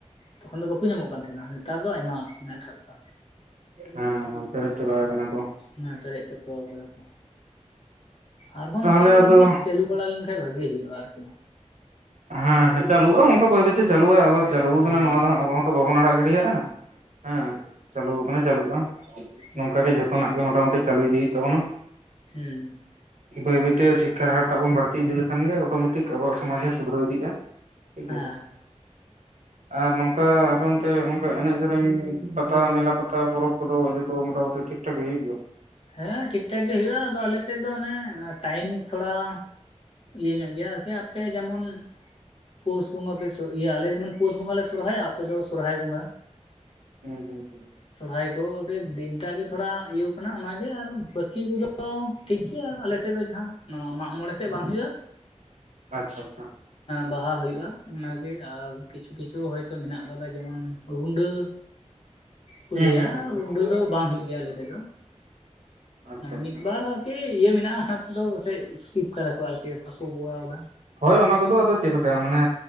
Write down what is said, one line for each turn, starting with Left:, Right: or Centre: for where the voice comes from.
Left: ᱛᱚᱠᱷᱚᱱ ᱫᱚ ᱵᱟᱠᱚ ᱧᱟᱢᱚᱜ ᱠᱟᱱ ᱛᱟᱦᱮᱸᱱᱟ ᱱᱮᱛᱟᱨ ᱫᱚ ᱟᱭᱢᱟ ᱢᱮᱱᱟᱜ ᱟᱠᱟᱫ ᱠᱚᱣᱟ᱾
Right: ᱦᱮᱸ ᱦᱮᱸ ᱯᱮᱨᱮᱡ ᱪᱟᱵᱟᱣ ᱠᱟᱱᱟ ᱠᱚ᱾
Left: ᱦᱮ ᱯᱮᱨᱮᱡ ᱪᱟᱵᱟᱣ ᱠᱟᱫᱟ ᱠᱚ ᱟᱨᱦᱚᱸ
Right: ᱛᱟᱦᱚᱞᱮ
Left: ᱱᱚᱝᱠᱟ ᱜᱮ
Right: ᱟᱫᱚ
Left: ᱡᱩᱫᱤ ᱪᱟᱞᱩ ᱵᱟᱲᱟ ᱞᱮᱱᱠᱷᱟᱡ ᱵᱷᱟᱜᱤ ᱦᱩᱭᱩᱜᱼᱟ ᱟᱨᱠᱤ᱾
Right: ᱦᱮᱸ ᱦᱮᱸ ᱪᱟᱞᱩᱜ-ᱟ ᱚᱱᱠᱟ ᱵᱟᱹᱭ ᱵᱟᱹᱭ ᱛᱮ ᱪᱟᱞᱩᱜᱼᱟ ᱟᱵᱟᱨ ᱪᱟᱹᱞᱩ
Left: ᱦᱮᱸ
Right: ᱠᱟᱱᱟ ᱱᱚᱣᱟ ᱫᱚ ᱦᱟᱸᱜ ᱟᱵᱚ ᱦᱚᱸᱛᱚ ᱵᱟᱵᱚᱱ ᱟᱲᱟᱜ ᱜᱤᱰᱤᱭᱟᱜᱼᱟ ᱦᱮᱸ ᱪᱟᱹᱞᱩ ᱟᱠᱟᱱᱟ ᱪᱟᱹᱞᱩᱜᱼᱟ᱾
Left: <inaudible>
Right: ᱱᱚᱝᱠᱟ ᱜᱮ ᱡᱷᱚᱛᱚᱱᱟᱜ ᱜᱮ ᱢᱚᱴᱟ ᱢᱩᱴᱤ ᱪᱟᱞᱩ ᱤᱫᱤ ᱦᱩᱭᱩᱜ ᱛᱟᱵᱚᱱᱟ᱾
Left: ᱦᱩᱸ᱾
Right: ᱵᱟᱹᱭ ᱵᱟᱹᱭᱛᱮ ᱥᱤᱠᱠᱷᱟᱨ ᱦᱟᱨᱴᱟᱜ ᱵᱚᱱ ᱵᱟᱹᱲᱛᱤ ᱤᱫᱤ ᱞᱮᱠᱷᱟᱱ ᱜᱮ ᱚᱴᱳᱢᱮᱴᱤᱠ ᱟᱵᱚᱣᱟᱜ ᱥᱚᱢᱟᱡᱽ ᱦᱚᱸ ᱥᱩᱫᱷᱨᱟᱹᱣ ᱤᱫᱤᱜᱼᱟ᱾ ᱴᱷᱤᱠ
Left: ᱦᱮᱸ
Right: ᱜᱮᱭᱟ᱾ ᱟᱨ ᱱᱚᱝᱠᱟ ᱟᱯᱮ ᱮᱚᱱᱛᱮ ᱚᱝᱠᱟ ᱮᱱᱮᱡ ᱥᱮᱨᱮᱧ ᱯᱟᱛᱟ ᱢᱮᱞᱟ ᱯᱟᱛᱟ ᱯᱚᱨᱚᱵᱽ ᱠᱚᱫᱚ ᱡᱚᱛᱚ ᱢᱚᱴᱟᱢᱩᱴᱤ ᱴᱷᱤᱠᱴᱷᱟᱠ ᱜᱮ ᱦᱩᱭᱩᱜ ᱜᱮᱭᱟ?
Left: ᱦᱮᱸ ᱴᱷᱤᱠ ᱴᱷᱟᱠ ᱜᱮ ᱦᱳᱭᱳᱜ-ᱟ ᱟᱫᱚ ᱟᱞᱮᱥᱮᱫ ᱫᱚ ᱚᱱᱮ ᱴᱟᱭᱤᱢ ᱛᱷᱚᱲᱟ ᱤᱭᱟᱹ ᱧᱚᱜ ᱜᱮᱭᱟ ᱥᱮ ᱟᱯᱮ ᱡᱮᱢᱚᱱ ᱯᱩᱥ ᱵᱚᱸᱜᱟ ᱯᱮ ᱤᱭᱟᱹ ᱟᱞᱮ ᱡᱮᱢᱚᱱ ᱯᱩᱥ ᱵᱚᱸᱜᱟ ᱞᱮ ᱥᱚᱨᱚᱦᱟᱭᱟ ᱟᱯᱮ ᱫᱚ ᱥᱚᱨᱦᱟᱭ ᱵᱚᱸᱜᱟ᱾
Right: ᱦᱩᱸ ᱦᱩᱸ ᱦᱩᱸ᱾
Left: ᱥᱚᱨᱦᱟᱭ ᱠᱚ ᱫᱤᱱᱴᱟᱜ ᱜᱮ ᱛᱷᱚᱲᱟ ᱤᱭᱟᱹᱣ ᱠᱟᱱᱟ ᱚᱱᱟ ᱟᱨ ᱵᱟᱹᱠᱤ ᱠᱚᱫᱚ ᱴᱷᱤᱠ ᱜᱮᱭᱟ ᱟᱨ ᱟᱞᱮᱥᱮᱜ ᱫᱚ ᱡᱟᱦᱟᱸ ᱢᱟᱜ ᱢᱚᱬᱮ ᱛᱮᱫ ᱵᱟᱝ ᱦᱩᱭᱩᱜᱼᱟ᱾ <unintelligible>
Right: ᱟᱪᱪᱷᱟ ᱟᱪᱪᱷᱟ᱾
Left: ᱵᱟᱦᱟ ᱦᱳᱭᱳᱜ-ᱟ ᱚᱱᱟᱜᱮ ᱟᱨ ᱠᱤᱪᱷᱩ ᱠᱤᱪᱷᱩ ᱦᱚᱭᱛᱚ ᱢᱮᱱᱟᱜ ᱠᱟᱫᱟ ᱡᱮᱢᱚᱱ ᱨᱩᱸᱰᱟᱹ
Right: <unintelligible>
Left: ᱠᱚ ᱞᱟᱹᱭᱟ
Right: ᱦᱩᱸ
Left: ᱨᱩᱸᱰᱟᱹ ᱫᱚ ᱵᱟᱝ ᱦᱩᱭᱩᱜ ᱜᱮᱭᱟ ᱟᱞᱮᱥᱮᱜ ᱫᱚ᱾
Right: ᱟᱪᱪᱷᱟ
Left: ᱢᱟᱱᱮ
Right: ᱟᱪᱪᱷᱟ
Left: ᱢᱤᱫ ᱵᱟᱨ ᱟᱨᱠᱤ ᱤᱭᱟ ᱢᱮᱱᱟᱜᱼᱟ ᱚᱱᱟ ᱠᱚᱫᱚ ᱯᱟᱥᱮᱡ ᱤᱥᱠᱤᱯ ᱠᱟᱫᱟ ᱠᱚ ᱟᱨᱠᱤ ᱵᱟᱠᱚ ᱠᱚᱨᱟᱣᱫᱟ᱾
Right: ᱦᱳᱭ ᱚᱱᱟ ᱠᱚᱫᱚ ᱟᱫᱚ ᱪᱮᱫ ᱞᱮᱠᱟ ᱢᱟᱱᱮ